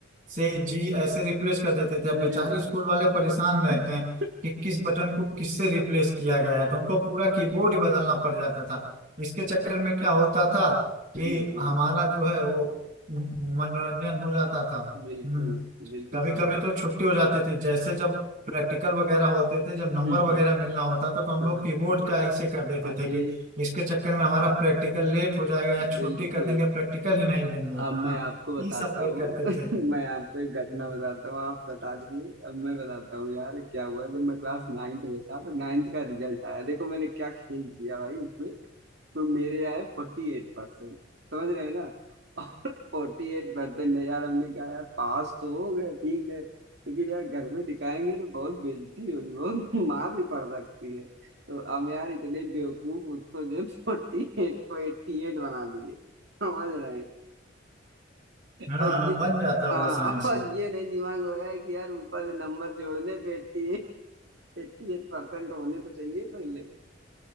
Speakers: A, on the right; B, on the right.
A: से जी ऐसे रिप्लेस कर देते थे अब
B: अरे
A: बेचारे
B: वाह
A: स्कूल वाले परेशान रहते
B: <laughs>
A: हैं कि किस बटन को किससे रिप्लेस किया गया है तो उनको पूरा कीबोर्ड ही बदलना पड़ जाता था इसके चक्कर में क्या होता था
B: जी
A: कि
B: जी
A: हमारा जो है वो मनोरंजन हो जाता था
B: बिल्कुल
A: हम्म
B: बिल्कुल
A: कभी
B: सही
A: कभी
B: है
A: तो छुट्टी हो जाती थी जैसे जब प्रैक्टिकल वगैरह होते थे जब नंबर
B: हम्म
A: वगैरह
B: हम्म
A: मिलना होता था तो हम लोग
B: हाँ।
A: कीबोर्ड का ऐसे कर देते
B: अरे
A: थे कि इसके चक्कर में हमारा प्रैक्टिकल लेट हो जाएगा या छुट्टी
B: बिल्कुल
A: कर देंगे प्रैक्टिकल ही नहीं लेंगे
B: अब
A: हाँ
B: मैं आपको बताता
A: ये सब भी
B: हूँ
A: करते
B: <laughs>
A: थे
B: मैं आपको एक घटना
A: हम्म,
B: बताता हूँ आप बता दीजिए अब मैं बताता हूँ यार क्या हुआ जब मैं क्लास नाइन्थ में था तो नाइन्थ का रिजल्ट आया देखो मैंने क्या खेल किया भाई उसमें तो मेरे आए फोर्टी एट परसेंट समझ रहे हैं ना <laughs> और फोर्टी एट परसेंट यार हमने कहा यार पास तो हो गए ठीक है लेकिन यार घर में दिखाएंगे तो बहुत बेइज्जती होगी बहुत <laughs> मार भी पड़ सकती है तो हम यार इतने बेवकूफ उसको जो फोर्टी एट को एट्टी एट बना दिए <laughs> समझ रहे हैं
A: हाँ
B: और
A: हाँ
B: ये
A: बन जाता हुआ
B: हाँ
A: आसानी से
B: और ये नहीं दिमाग लगाए कि यार ऊपर से नंबर जोड़ने पे एट्टी एट एट्टी एट परसेंट होने तो चाहिए पहले